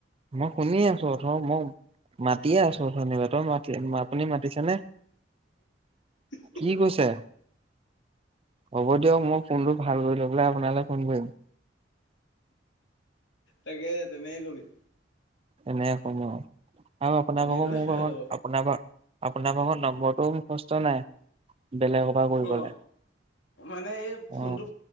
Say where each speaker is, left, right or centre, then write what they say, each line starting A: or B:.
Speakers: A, on the right; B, on the left.
A: মই শুনি আছো ৰ মই মাতিয়ে আছো অঠনিবা তই মাতি আপুনি মাতিছেনে
B: উ
A: কি কৈছে হ'ব দিয়ক মই ফোনটো ভাল কৰি ল বোলে আপোনালে ফোন কৰিম
B: তাকে তুমিয়ে কৰিবি
A: এনেকে কম আৰু আৰু আপোনাৰ
B: তেনেকে
A: ভাগ
B: গ'লে
A: মোৰ ভাগ
B: ভাল হ'ব
A: আপোনাৰ পৰা আপোনাৰ ভাগ নম্বৰটোও মুখস্থ নাই বেলেগৰ পৰা কৰি
B: অ
A: পেলাই
B: মানে এই
A: অ
B: ফোনটো